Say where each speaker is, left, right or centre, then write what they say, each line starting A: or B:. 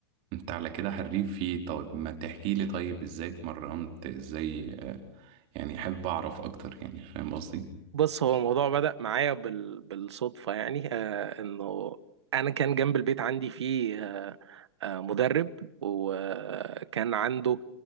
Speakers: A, on the right; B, on the right.
A: انت على كده حريف فيه طيب ما تحكي لي طيب ازاي اتمرنت ازاي آه، يعني حابب اعرف اكتر يعني فاهم قصدي
B: بص هو الموضوع بدأ معايا بال... بالصدفة يعني آه انه انا كان جنب البيت عندي فيه آه آه مدرب وكان عنده